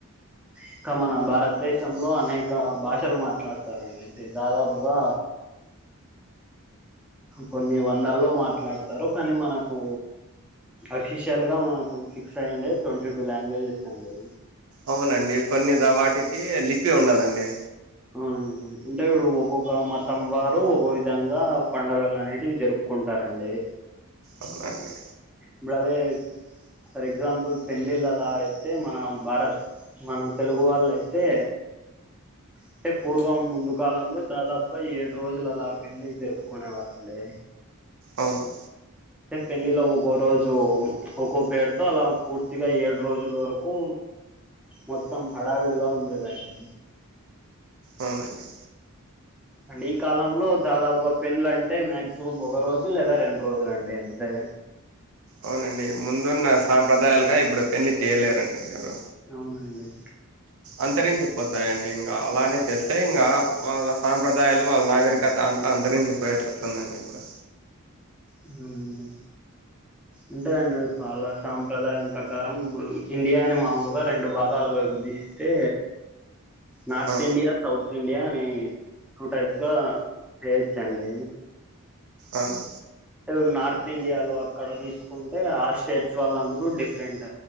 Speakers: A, in the centre; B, on the right (about 65°).
A: ఇక మన భారతదేశంలో అనేక భాషలు మాట్లాడతారండి అంటే దాదాపుగా కొన్ని వందల్లో మాట్లాడతారు కానీ మనకు అఫీషియల్ గా మనకు ఫిక్స్ అయ్యండే ట్వంటీ టూ లాంగ్వేజెస్ అండి
B: అవునండి కొన్నిద వాటికి లిపి ఉండదండి
A: అవునండి అంటే ఇప్పుడు ఒక్కొక్క మతం వార్ రు ఒక విధంగా పండగల నైటివి జరుపుకుంటారండి
B: అవునా అండి
A: ఇప్పుడు అదే ఫర్ ఎగ్జాంపుల్ పెండ్లిళ్ళ అలా అయితే మన భారత్ మన తెలుగు వాళ్ళు అయితే అంటే పూర్వం ముందు కాలంలో దాదాపుగా ఏడు రోజులు అలా పెండ్లిళ్లు జరుపుకునేవారండి
B: అవును
A: టే పెళ్లిలో ఒక్కో రోజు ఒక్కో పేరుతో అలా పూర్తిగా ఏడు రోజుల వరకు మొత్తం హడావిడిగా ఉండేదండి
B: అవునండి
A: అండ్ ఈ కాలంలో దాదాపుగా పెన్లంటే మాక్సిమం ఒక రోజు లేదా రెండు రోజులు అండి అంతే
B: అవునండి ముందున్న సాంప్రదాయాలుగా ఇప్పుడు పెళ్లి చేయలేరండి ఏయో
A: అవునండి
B: అంతరంచి పొత్ తాయండి ఇంగా అలానే చేస్తే ఇంగా వాళ్ళ సాంప్రదాయాలు వాళ్ళ నాగరికత అంతా అందరిం చెప్పయేటట్లుందండి ఇప్పుడు
A: అవునండి ఉంటాంయడి వాళ్ళ సాంప్రదాయం ప్రకారం ఇప్పుడు ఇండియాని మామూలుగా రెండు భాగాలుగా విభజిస్తే నార్త్
B: ఆ
A: ఇండియా సౌత్ ఇండియా అని టూ టైప్స్ గా చేయొచ్చండి
B: అవును
A: అంటే నార్త్ ఇండియాలో అక్కడ తీసుకుంటే ఆ స్టేట్స్ వాళ్ళ అందరూ డిఫరెంట్